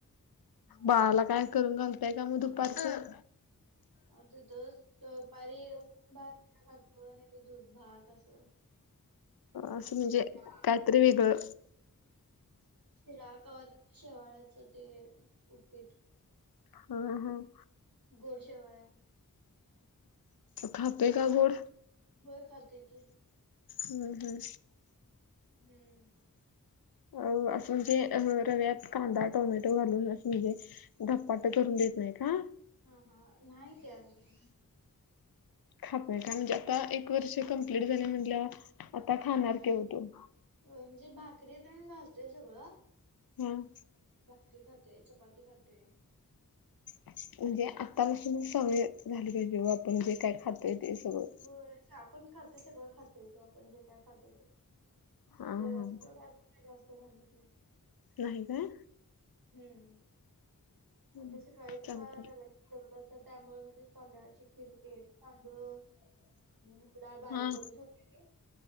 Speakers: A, on the right; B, on the left.
A: हा
B: बाळाला काय करून घालताय का मग दुपारचं?
A: आमच्या इथ दुपारी वरण भात <unintelligible> नाही तर, दूध भात असं.
B: असं
A: आणि
B: म्हणजे
A: ते शिरा
B: कायतरी वेगळं
A: शिरा कवा तर म ते शेवाळ्याच ते उपीठ.
B: हां हां.
A: गोड शेवाळ्या.
B: खातोय का गोड?
A: होय खातोय की.
B: हम्म हम्म.
A: हम्म
B: अ असं म्हणजे अ रव्यात कांदा, टोमॅटो घालूनं असं म्हणजे धपाट करून देत नाही का?
A: हां हां, नाही ते अजून.
B: खातोय का म्हणजे आता एक वर्ष कंप्लीट झालंय म्हटल्यावर आता खाणार की ओ तो.
A: होय म्हणजे भाकरीे तेण घालतोय सगळं
B: हम्म.
A: भाकरी खाते. चपाती खाते.
B: म्हणजे आतापासून सवय झाली पाहिजे. <unintelligible> आपण जे काय खातोय ते सगळं.
A: होय. जे आपण खातो, सगळं खातोय तो आपण जे काय खातोय ते.
B: हा हा
A: रव्याच तेवढं <unintelligible> जास्त घालत नाही.
B: नाही काय?
A: हम्म
B: हम्म,
A: मग ते सकाळीच
B: चालतंय
A: डबा, <unintelligible> त्यामुळे मी ते तांदळाची खीर- -ते. तांदूळ आणि मुगडाळ बारीक
B: हा
A: करून ठेवते.